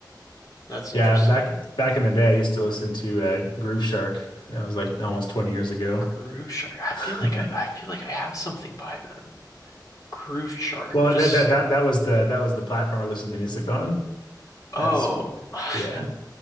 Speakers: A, on the left; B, on the left.
A: That's
B: Yeah,
A: interesting.
B: back back in the day I used to listen to uh Groove Shark. That was like almost 20 years ago.
A: Groove Shark. I
B: <laughs>
A: feel like I, I feel like I have something by them. Groove Shark.
B: Well,
A: Just
B: that that that that was the that was the platform I listened to music on
A: oh.
B: at school.
A: <laughs>
B: Yeah.